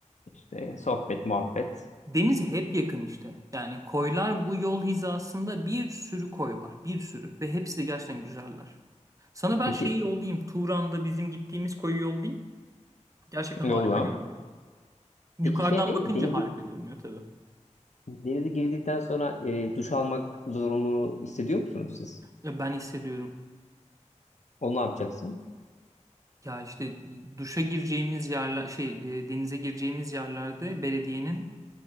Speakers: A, on the left; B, on the right.
A: İşte sohbet, muhabbet.
B: Deniz hep yakın işte. Yani koylar bu yol hizasında bir sürü koy var. Bir sürü. Ve hepsi de gerçekten güzeller. Sana ben
A: Peki
B: şeyi yollayayım. Turan'da bizim gittiğimiz koyu yollayayım. Gerçekten
A: yolla.
B: harika görünüyor. Yukarıdan
A: Peki şey
B: bakınca
A: denizi
B: harika görünüyor tabii.
A: denize girdikten sonra e, duş almak zorunluluğu hissediyor musunuz siz?
B: Ya ben hissediyorum.
A: Onu ne yapacaksın?
B: Ya işte duşa gireceğimiz yerler şey e, denize gireceğimiz yerlerde belediyenin